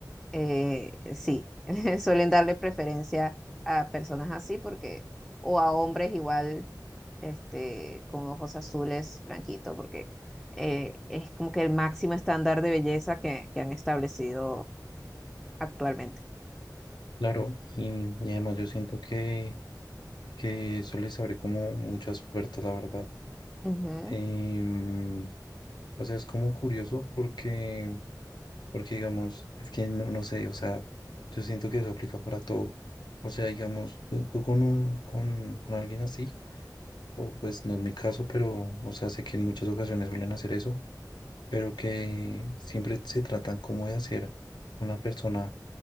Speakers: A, in the centre; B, on the left.
A: eh, sí, <laughs> suelen darle preferencia a personas así porque, o a hombres igual, este, con ojos azules, blanquitos, porque eh, es como que el máximo estándar de belleza que, que han establecido actualmente.
B: Claro, y, y además yo siento que, que eso les abre como muchas puertas, la verdad.
A: Ujú,
B: Em, o sea, es como curioso porque, porque digamos, es que no, no sé, o sea, yo siento que eso aplica para todo. O sea, digamos, tú, tú con un, con, con alguien así, o pues no es mi caso, pero, o sea, sé que en muchas ocasiones suelen hacer eso pero que siempre se tratan como de hacer con la persona